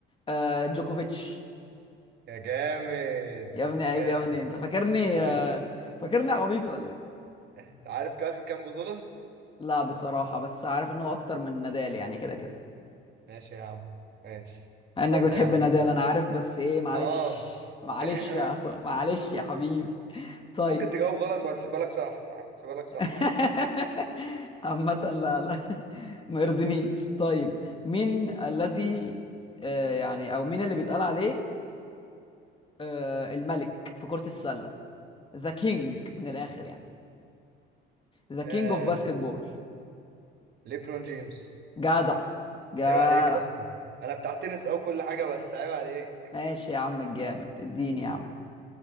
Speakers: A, on the left; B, on the right.
A: آه جوكوفيتش
B: يا جامد
A: يا ابني عيب
B: جامد
A: يا ابني انت فاكرني
B: عايش
A: آه فاكرني عبيط ولا ايه
B: أنت عارف كان واخد كام بطولة؟
A: لا بصراحة بس عارف ان هو اكتر من نادال يعني كده كده
B: ماشي يا عم ماشي
A: مع انك
B: اتفضل
A: بتحب
B: يا عم
A: نادال انا عارف بس ايه معلش
B: آه
A: معلش
B: <laughs>
A: يا ص... معلش يا حبيبي طيب
B: ممكن تجاوب غلط وهسيبها لك صح هسيبها لك صح
A: <laughs> عامة لا لا <laughs> ما يرضنيش طيب مين الذي آه يعني او مين اللي بيتقال عليه آه الملك في كرة السلة ذا كينج من الاخر يعني ذا كينج
B: آه...
A: اوف باسكت بول
B: ليبرون جيمس
A: جدع جدع
B: عيب عليك يا اسطى انا بتاع تنس او كل حاجه بس عيب عليك
A: ماشي يا عم الجامد اديني يا عم